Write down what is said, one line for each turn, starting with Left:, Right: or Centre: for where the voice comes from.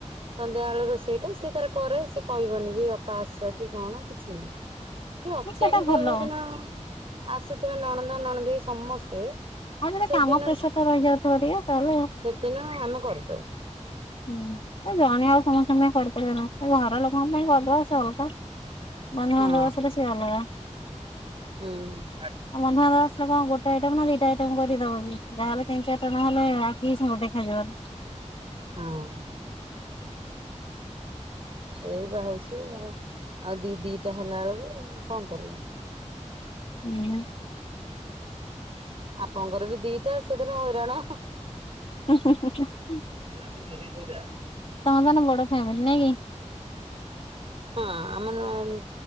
Right: ସନ୍ଧ୍ୟାବେଳ ର ସେଇଟା ସିଏ ତାର କରେ ସ ସେ କହିବନି ବି ଅପା ଆସ କି କଣ କିଛି ନାହିଁ। ଯ ଅତ୍ୟଧିକ
Left: ସେଟା ଭଲ
Right: ଯଦିିନ ଆସିଥିବେ ନଣନ୍ଦ ନଣଦେଇ ସମସ୍ତେ।
Left: ଆଉ ଯଦେ
Right: ସେଦିନ
Left: କାମ ପ୍ରେସର ଟା ରହିଯାଉଥିବ ଟିକେ ତାହେଲେ
Right: ଦିନୁ ଆମେ କରିଥାଉ।
Left: ହୁଁ ତ ଜଣେ ଆଉ ସମସ୍ତଙ୍କ ପାଇଁ କରିପାରିବ ନା ଘର ଲୋକଙ୍କ ପାଇଁ କରି ବସ ଅଲଗା ବନ୍ଧୁ
Right: ହଁ
Left: ବାନ୍ଧବ ଆସିଲେ ସେ ଅଲଗା।
Right: ହୁଁ।
Left: ଆଉ ବନ୍ଧୁ ବାନ୍ଧବ ଆସଲେ କଣ ଗୋଟେ ଆଇଟମ୍ ନା ଦିଟା କରିଦବ ବି। ଯାହେଲେ ତିନି ଚାରିଟା ନହେଲେ ଆଖି କୁ ସବୁ ଦେଖା ଜୀବନୀ।
Right: ହଁ। ସେଇ ବା ହଉଛି ଆ ଆଉ ଦି ଦିଟା ହେଲା ବେଳକୁ କଣ କରିବା।
Left: ହୁଁ।
Right: ଆପଣଙ୍କର ବି ଦିଟା ସେଦିନ ହଇରାଣ।
Left: ହୁଁ ହୁ ହୁଁ ହୁଁ
Right: ଆସିିବ ମୁ <unintelligible>
Left: ତମର ତାନେ ବଡ ଫ୍ୟାମିଲି ନାଇଁ କି?
Right: ହଁ ଆମ